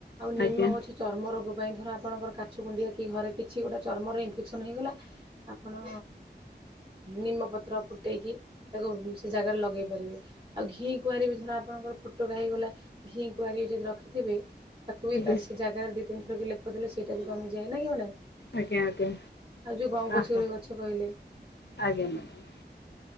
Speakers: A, on the right; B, on the left.
A: ଆଉ ନିମ
B: ଆଜ୍ଞା
A: ଗଛ ଚର୍ମ ରୋଗ ପାଇଁ ଧର ଆପଣଙ୍କର କାଛୁ କୁଣ୍ଡିଆ କି ଘରେ କିଛି ଗୋଟେ ଚର୍ମର ଇନଫେକ୍ସନ୍ ହେଇଗଲା ଆପଣ ନିମପତ୍ର ଫୁଟେଇକି ତାକୁ ସେ ଜାଗାରେ ଲଗେଇ ପାରିବେ। ଆଉ ଘି କୁଆଁରୀ ବି ଧର ଆପଣଙ୍କର ଫୋଟକା ହେଇଗଲା ଘି କୁଆରୀ ବି ଯଦି ରଖିଥିବେ ତାକୁ ବି
B: ଆଜ୍ଞା
A: ତା ସେ ଜାଗାରେ ଦି ତିନିଥର ଲପ ଦେଲେ ସେଇଟା ବି କମିଯାଏ ନା କି ମ୍ୟାଡ଼ାମ।
B: ଆଜ୍ଞା ଆଜ୍ଞା
A: ଆଉ ଯୋଉ ଗଙ୍ଗ
B: ଆହ
A: ଶିଉଳି ଗଛ କହିଲେ।
B: ଆଜ୍ଞା।